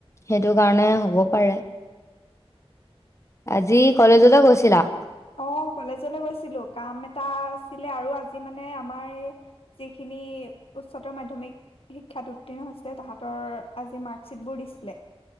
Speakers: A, on the left (about 30°); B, on the left (about 65°).
A: সেইটো কাৰণে হব পাৰে। আজি কলেজলে গৈছিলা?
B: অ কলেজলৈ গৈছিলো কাম এটা আছিলে আৰু আজি মানে আমাৰ এই যিখিনি উচ্চতৰ মাধ্যমিক শিক্ষাত উত্তীৰ্ণ হৈছিলে তাহাঁতৰ আজি মাৰ্কশ্বিটবোৰ দিছিলে।